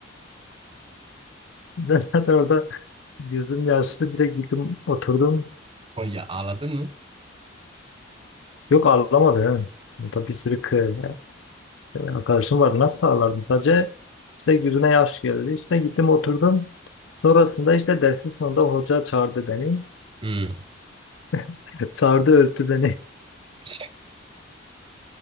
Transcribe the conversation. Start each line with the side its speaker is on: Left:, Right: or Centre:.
Left: Ben zaten orada Gözüm yaşlı direkt gittim oturdum.
Right: O Ya ağladın mı?
Left: Yok ağlamadı. he. Burada bir sürü kı- e, arkadaşım vardı. Nasıl ağlardım? Sadece işte yüzüne yaş geldi. İşte gittim oturdum. Sonrasında işte dersin sonunda hoca çağırdı beni.
Right: Hı.
Left: <laughs> Çağırdı öptü beni. <laughs>
Right: <laughs>